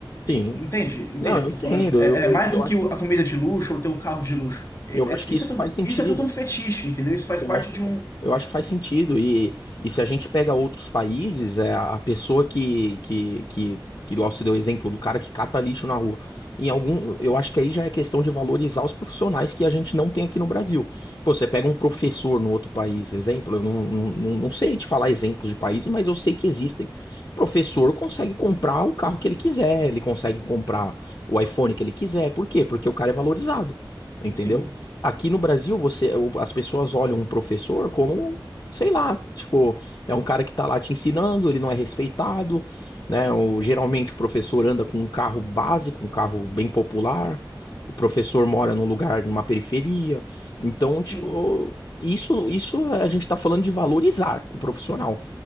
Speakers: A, on the left; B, on the left.
A: Sim.
B: Entende? Entende
A: Não, eu
B: o que eu
A: entendo.
B: tô falando? É,
A: Eu, eu,
B: é mais
A: eu
B: do
A: acho,
B: que o- a comida de luxo ou ter o carro de luxo. É-
A: eu acho
B: é-
A: que
B: isso
A: isso
B: é tudo,
A: faz sentido.
B: isso é tudo um fetiche, entendeu? Isso faz
A: Eu
B: parte
A: acho que,
B: de um.
A: eu acho que faz sentido. E, e se a gente pega outros países, é a a pessoa que, que, que, que igual você deu o exemplo do cara que cata lixo na rua. Em algum, eu acho que aí já é questão de valorizar os profissionais que a gente não tem aqui no Brasil. Pô, você pega um professor no outro país, exemplo, eu não, não, não não sei te falar exemplos de países, mas eu sei que existem. O professor consegue comprar o carro que ele quiser, ele consegue comprar o iPhone que ele quiser. Por quê? Porque o cara é valorizado, entendeu?
B: Sim,
A: Aqui no Brasil, você, o- as pessoas olham um professor como, sei lá, tipo, é um cara que tá lá te ensinando, ele não é respeitado, né? O, geralmente o professor anda com um carro básico, um carro bem popular, o professor mora num lugar, numa periferia. Então,
B: sim,
A: tipo, isso, isso a gente tá falando de valorizar o profissional.